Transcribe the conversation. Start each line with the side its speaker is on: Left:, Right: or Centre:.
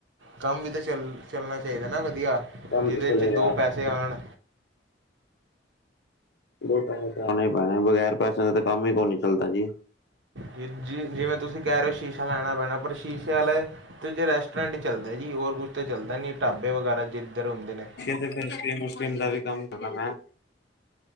Right: ਕੰਮ ਵੀ ਤਾਂ ਚੱਲ ਚੱਲਣਾ ਚਾਹੀਦਾ ਨਾ ਵਧੀਆ,
Left: ਕੰਮ
Right: ਜਿਹਦੇ
Left: ਤੇ ਚਲੇਗਾ
Right: ਚ ਦੋ ਪੈਸੇ ਆਣ।
Left: ਦੋ ਪੈਸੇ ਤਾਂ ਆਣੇ ਹੀ ਪੈਣੇ, ਬਗੈਰ ਪੈਸਿਆਂ ਦੇ ਤਾਂ ਕੰਮ ਹੀ ਕੋਈ ਨੀ ਚੱਲਦਾ ਜੀ।
Right: ਵੀਰ ਜੀ ਜਿਵੇਂ ਤੁਸੀਂ ਕਹਿ ਰਹੇ ਹੋ, ਸ਼ੀਸ਼ਾ ਲਾਣਾ ਪੈਣਾ, ਪਰ ਸ਼ੀਸ਼ੇ ਵਾਲੇ ਤੇ ਜੇ ਰੈਸਟੋਰੈਂਟ ਚੱਲਦਾ ਜੀ, ਹੋਰ ਕੁਝ ਤਾਂ ਚੱਲਦਾ ਨੀ, ਢਾਬੇ ਵਗੈਰਾ ਜਿੱਧਰ ਹੁੰਦੇ ਨੇ।
Left: ਫੇਰ ਆਈਸਕਰੀਮ ਉਸਕਰੀਮ ਦਾ ਵੀ ਕੰਮ ਕਰਨਾ ਮੈਂ।